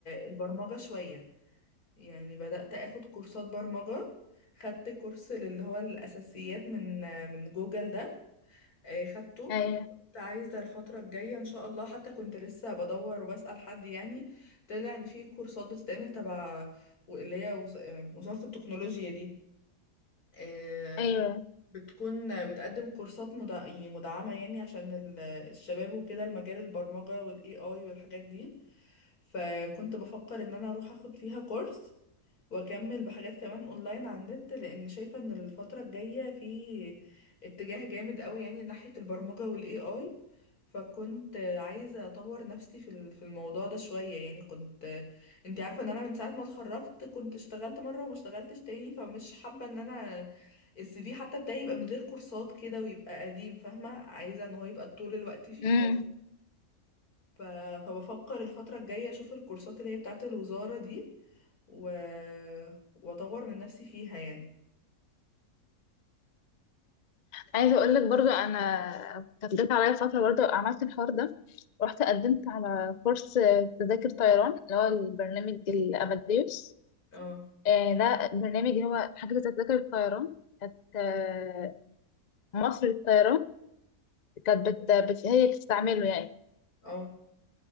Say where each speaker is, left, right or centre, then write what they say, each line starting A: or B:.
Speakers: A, on the left; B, on the left.
A: البرمجه شويه يعني بدات اخد كورسات برمجه خدت كورس اللي هو الاساسيات من آه، من جوجل ده آه، خدته
B: ايوه
A: كنت عايزة الفترة الجاية إن شاء الله حتى كنت لسه بدور وبسأل حد يعني طلع إن في كورسات بتتعمل تبع و- اللي هي وز- آه، وزارة التكنولوجيا دي آه،
B: ايوه
A: بتكون بتقدم كورسات مدع... يعني مدعمة يعني عشان ال- الشباب وكده المجال البرمجة والاي اي والحاجات دي فكنت بفكر ان انا اروح اخد فيها كورس واكمل بحاجات كمان اونلاين على النت لان شايفه ان الفتره الجايه في اتجاه جامد قوي يعني ناحيه البرمجه والاي اي فكنت عايزه اطور نفسي في ال- في الموضوع ده شويه يعني كنت انت عارفه ان انا من ساعه ما اتخرجت كنت اشتغلت مره وما اشتغلتش تاني فمش حابه ان انا السي في حتى بتاعي يبقى من غير كورسات كده ويبقى قديم فاهمه عايزه ان هو يبقى طول الوقت فيه
B: امم
A: حاجه ف... فبفكر الفترة الجاية اشوف الكورسات اللي هي بتاعة الوزارة دي و... واطور من نفسي فيها يعني
B: عايزه اقول لك برضو انا كانت جت عليا فتره برضو عملت الحوار ده رحت قدمت على كورس تذاكر طيران اللي هو البرنامج الاباديوس
A: اه
B: آه، ده برنامج اللي هو حاجه تذاكر الطيران كانت آه، مصر للطيران كانت بت... بت... هي بتستعمله يعني
A: اه